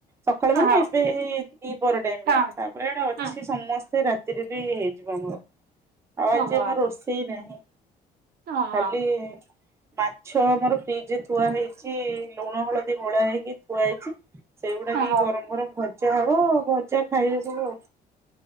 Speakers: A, on the right; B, on the right.
A: ସକାଳୁ
B: ହଁ
A: ମାନେ ଏବେ ଦିପର ଟାଇମ୍
B: ହଁ
A: ରେ। ପୁଡ଼ା ଟା ଅଛି
B: ହଁ
A: ସମସ୍ତେ ରାତିରେ ବି ହେଇଯିବ ଆମର ଆଉ ଆଜି
B: ଓହୋ
A: ଆମ ରୋଷେଇ ନାହିଁ।
B: ଓହୋ।
A: ଖାଲି। ମାଛ ଆମର ଫ୍ରିଜ ରେ ଥୁଆ ହେଇଛି ଲୁଣ ହଳଦୀ ଗୋଳା ହେଇକି ଥୁଆ ହେଇଛି। ସେଇଗୁଡାକ
B: ଓହୋ
A: ହି ଗରମ ଗରମ ଭଜା ହବ ଭଜା ଖାଇବେ ସବୁ ଆଉ।